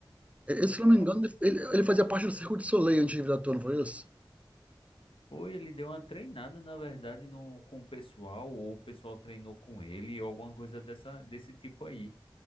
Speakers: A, on the right; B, on the left.
A: E- Esse, Se
B: é,
A: não me
B: Era.
A: engano,
B: mo-
A: ele, ele fazia parte do Circo de Soleil antes de virar ator, não foi isso?
B: Pô, ele deu uma treinada, na verdade, no, com o pessoal, ou o pessoal treinou com ele, ou alguma coisa dessa, desse tipo aí.